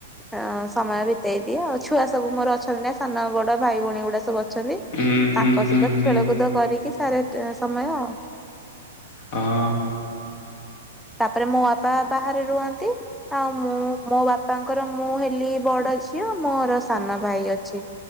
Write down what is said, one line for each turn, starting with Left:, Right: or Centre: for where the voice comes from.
Centre: ଅ ସମୟ ବିତେଇ ଦିଏ ଆଉ ଛୁଆ ସବୁ ମୋର ଅଛନ୍ତି ନା ସାନ ବଡ଼ ଭାଇ ଭଉଣୀ ଗୁଡ଼ା ସବୁ ଅଛନ୍ତି
Left: ହୁଁ ହୁଁ
Centre: ତାଙ୍କ
Left: ହୁଁ
Centre: ସହିତ
Left: ହୁଁ
Centre: ଖେଳକୁଦ କରିକି ସାରେ ସମୟ।
Left: ହଁ।
Centre: ତାପରେ ମୋ ବାପା ବାହାରେ ରୁହନ୍ତି‌। ଆଉ ମୁଁ ମୋ ବାପାଙ୍କର ମୁଁ ହେଲି ବଡ଼ ଝିଅ ମୋର ସାନ ଭାଇ ଅଛି।